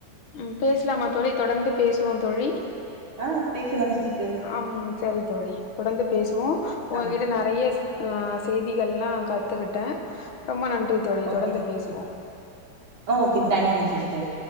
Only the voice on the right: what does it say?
ஆ பேசலாம் சிஸ்டர்
ஆ
ஓகேங்
சிஸ்டர்
ஆ ஓகேங்க தேங்க் யூங் சிஸ்டர்